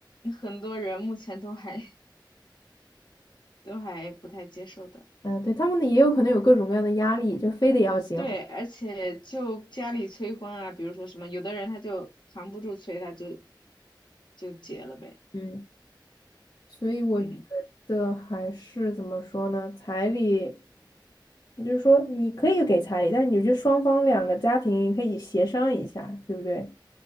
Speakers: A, on the left; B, on the left.
A: 很多人目前都还。都还不太接受的。
B: 嗯、对，他们也有可能有各种各样的压力，就非得要结婚。
A: 对，而且就家里催婚啊，比如说什么，有的人他就扛不住催，他就就结了呗。
B: 嗯，所以我觉得还是怎么说呢？
A: 嗯
B: 彩礼，就是说你可以给彩礼，但是你就双方两个家庭可以协商一下，对不对？